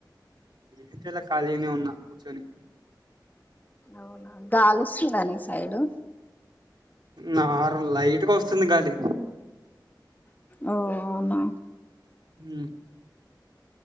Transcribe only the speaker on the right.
ఇప్పుడ ఇలా ఖాళీనే ఉన్నా కూర్చొని
నా లైట్గా వస్తుంది గాలి
ఉమ్,